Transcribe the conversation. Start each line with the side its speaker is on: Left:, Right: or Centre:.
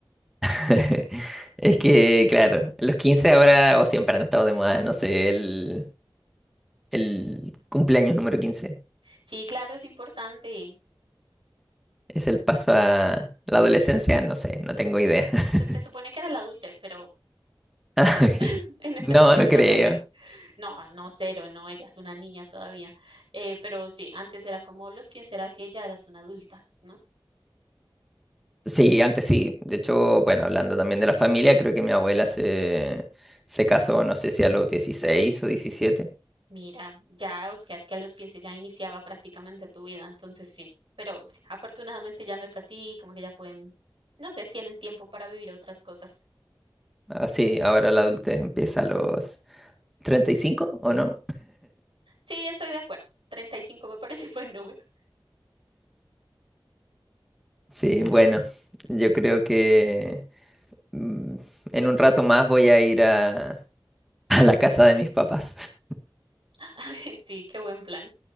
Centre: <laughs> Es que, claro, los 15 ahora o siempre han estado de moda, no sé, el, el cumpleaños número quince
Right: Sí, claro, es importante.
Centre: ¿Es el paso a la adolescencia? No sé, no tengo idea. <laughs>
Right: Pues se supone que era la adultez, pero
Centre: Ah,
Right: no,
Centre: ok.
Right: <laughs> en este
Centre: No,
Right: momento
Centre: no creo.
Right: no sé. No, no, cero, no, ella es una niña todavía. Eh, pero sí, antes era como los 15, era que ya eras una adulta, ¿no?
Centre: Sí, antes sí. De hecho, bueno, hablando también de la familia, creo que mi abuela se, se casó, no sé si a los dieciséis o diecisiete.
Right: Mira, ya buscas que a los 15 ya iniciaba prácticamente tu vida, entonces sí, pero sí, afortunadamente ya no es así, como que ya pueden, no sé, tienen tiempo para vivir otras cosas.
Centre: Ah, sí, ahora la adultez empieza a los 35, ¿o no?
Right: Sí, estoy de acuerdo, 35 me <laughs> parece buen número.
Centre: Sí, bueno, yo creo que mm, en un rato más voy a ir a, <laughs> a la casa de mis papás.
Right: <laughs> Ay, Sí, qué buen plan.